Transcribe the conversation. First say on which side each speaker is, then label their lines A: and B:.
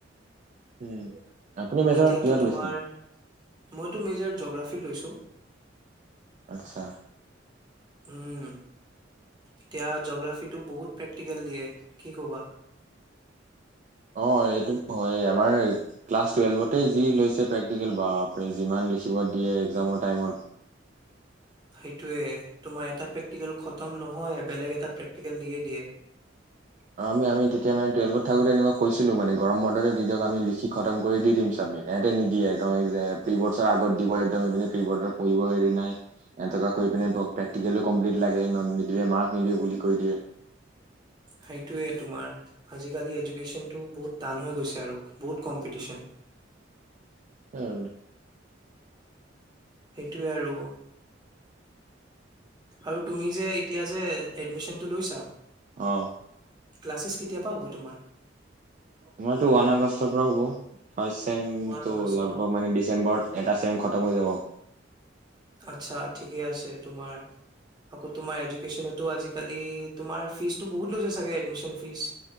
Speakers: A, on the right; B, on the right.
A: উম আপুনি মেজৰ
B: এতিয়াতো
A: কিহত
B: তোমাৰ
A: লৈছিলে
B: মইতো মেজৰ জগ্ৰাফীত লৈছোঁ।
A: আচ্ছা।
B: উম, এতিয়া জগ্ৰাফীটো বহুত প্ৰেক্টিকেল দিয়ে কি ক'বা?
A: অ', এই <inaudible> হয় আমাৰ ক্লাছ টুৱেল্ভতে যি লৈছে প্ৰেক্টিকেল বাপৰে যিমান লিখিব দিয়ে এক্সামৰ টাইমত।
B: সেইটোয়ে তোমাৰ এটা প্ৰেক্টিকেল খতম নহ? নহয় বেলেগ এটা প্ৰেক্টিকেল দিয়েই দিয়ে।
A: আৰু আমি আমি তেতিয়া মানে টুৱেলভত থাকোতে এনেকুৱা কৈছিলোঁ মানে গৰম বন্ধ যে দি দিয়ক, আমি লিখি খতম কৰি দি দিম চাবমিট। সেহেঁতে নিদিয়ে <unintelligible> প্ৰি ব'ৰ্ডছৰ আগত দিব একদম ইপিনে প্ৰি ব'ৰ্ডত পঢ়িব হেৰি নাই, <unintelligible> কৰিপিনে প্ৰ-প্ৰেক্টিকেলো কম্প্লিত লাগে ন-নিদিলে মাৰ্ক নিদিওঁ বুলি কৈ দিয়ে।
B: সেইটোৱেই তোমাৰ আজিকালি এজোকেশ্যনটো বহুত টান হৈ গৈছে আৰু বহুত কম্পিটিশন।
A: সে আৰু।
B: সেইটোৱে আৰু। আৰু তুমি যে এতিয়া যে এডমিশনতটো লৈছা?
A: অ'।
B: ক্লাছেছ কেতিয়াপা হ'ব তোমাৰ?
A: আমাৰতো ওৱান আগষ্টৰ পৰা হ'ব। ফাৰ্ষ্ট চেমটো
B: ওৱান আগষ্ট
A: লগভগ
B: ন
A: মানে ডিচেম্বৰত এটা চেম খতম হৈ যাব।
B: আচ্ছা ঠিকে আছে, তোমাৰ। আকৌ তোমাৰ এজোকেশ্যনতো আজিকালি তোমাৰ ফীছতটো বহুত লৈছে চাগে এডমিশন ফিছ?